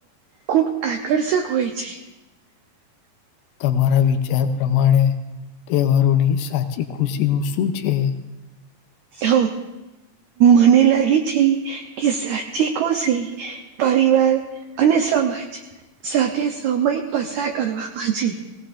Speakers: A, on the right; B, on the left.
A: ખૂબ આકર્ષક હોય છે.
B: તમારા વિચાર પ્રમાણે તહેવારોની સાચી ખુશીનું શું છે?
A: હ મને લાગે છે કે સાચી કોશી પરિવાર અને સમાજ સાથે સમય પસાર કરવામાં છે.